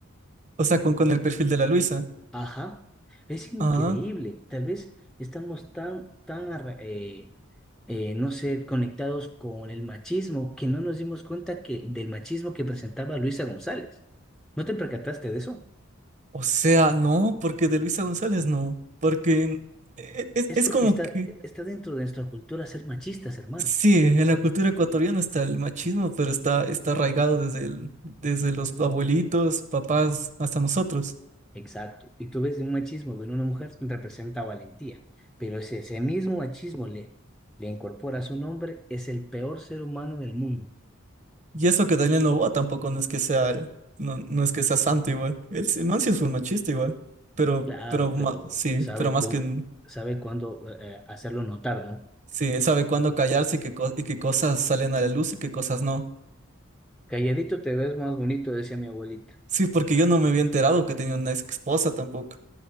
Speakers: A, on the right; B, in the centre.
A: o sea, con, con el perfil de la Luisa.
B: Ajá, es increíble.
A: Ah,
B: Tal vez estamos tan, tan, arra- eh, eh, no sé, conectados con el machismo que no nos dimos cuenta que del machismo que presentaba Luisa González. ¿No te percataste de eso?
A: o sea, no, porque de Luisa González no, porque e- es,
B: Es
A: es
B: porque
A: como
B: está,
A: que,
B: está dentro de nuestra cultura ser machistas, hermano.
A: sí, en la cultura ecuatoriana está el machismo, pero está, está arraigado desde, el- desde los abuelitos, papás, hasta nosotros.
B: Exacto. Y tú ves un machismo en una mujer representa valentía, pero si ese mismo machismo le, le incorpora a su nombre es el peor ser humano del mundo.
A: Y eso que Daniel Noboa tampoco no es que sea, el- no, no es que sea santo igual. El, el man sí es full machista igual, pero,
B: Claro,
A: pero ma-
B: pero
A: sí,
B: sabe,
A: pero más
B: cu-
A: que,
B: sabe cuándo eh, eh, hacerlo notar, ¿no?
A: sí, él sabe cuándo callarse y qué, co- y qué cosas salen a la luz y qué cosas no.
B: Calladito te ves más bonito, decía mi abuelita.
A: Sí, porque yo no me había enterado que tenía una ex esposa tampoco.